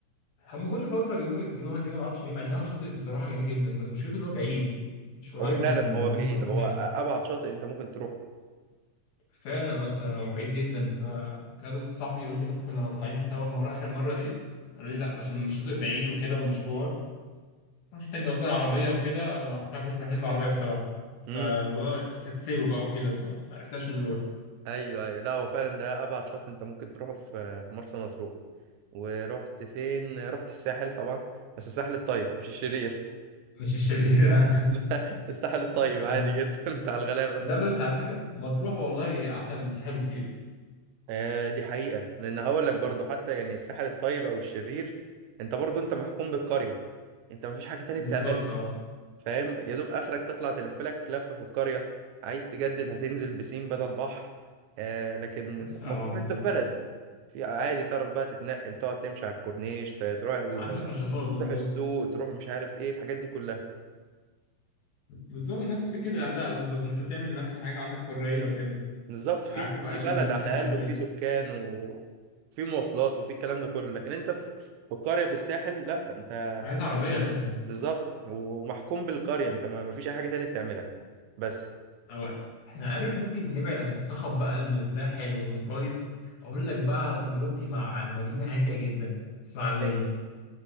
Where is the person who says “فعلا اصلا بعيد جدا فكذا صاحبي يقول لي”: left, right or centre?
Left